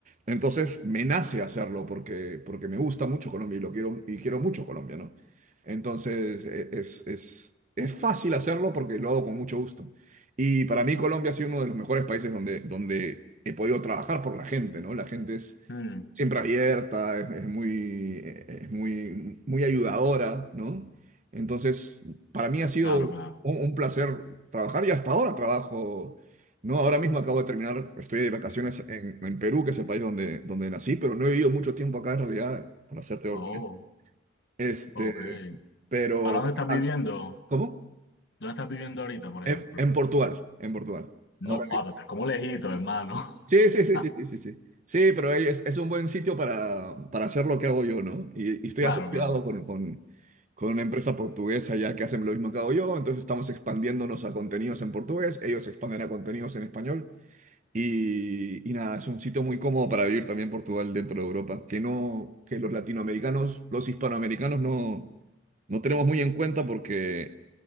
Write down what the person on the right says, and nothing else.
Entonces, me nace hacerlo porque, porque me gusta mucho Colombia y lo quiero, y quiero mucho Colombia, ¿no? Entonces, e- es, es, es fácil hacerlo porque lo hago con mucho gusto. Y para mí Colombia ha sido uno de los mejores países donde, donde he podido trabajar por la gente, ¿no? La gente es
siempre abierta, es, es muy, es muy, muy ayudadora, ¿no? Entonces, para mí ha sido
un,
un placer trabajar y hasta ahora trabajo, ¿no? Ahora mismo acabo de terminar, estoy de vacaciones en, en Perú, que es el país donde, donde nací, pero no he vivido mucho tiempo acá en realidad, para serte honesto.
Este,
pero,
ah, ¿cómo?
En,
en Portugal, en Portugal.
Ahora
Sí, sí, sí,
sí, sí, sí, sí. Sí, pero ahí es, es un buen sitio para, para hacer lo que hago yo, ¿no? Y, y estoy
asociado
con, con, con una empresa portuguesa ya que hacen lo mismo que hago yo, entonces estamos expandiéndonos a contenidos en portugués, ellos se expanden a contenidos en español. Y, y nada, es un sitio muy cómodo para vivir también Portugal dentro de Europa, que no, que los latinoamericanos, los hispanoamericanos no, no tenemos muy en cuenta porque,